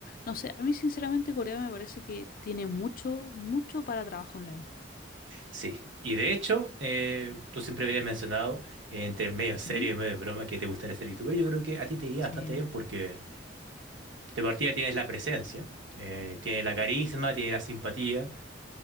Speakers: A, on the left (about 50°); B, on the right (about 80°).
A: no sé, a mí sinceramente Corea me parece que tiene mucho, mucho para trabajo online.
B: Sí, y de hecho, eh, tú siempre habías mencionado, eh, entre medio en serio
A: Ujú.
B: y medio en broma, que te gustaría ser youtuber. Yo creo que a ti te iría
A: Sí,
B: bastante bien porque de partida tienes la presencia, eh, tienes la carisma, tienes la simpatía.